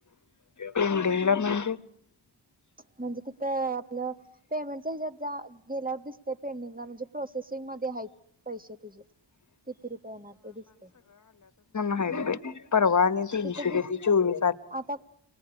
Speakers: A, on the left (about 40°); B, on the right (about 20°).
A: ते म्ह नर म्हणजे
B: म्हणजे तिथ आपलं पेमेंट हच्यात गेल्यावर दिसते पेंडिंगला म्हणजे प्रोसेसिंग मध्ये आहेत पैसे तुझे किती रुपये येणार ते दिसते
A: ह ब परवा तनशे
B: तिथे दिस
A: चोवी
B: आता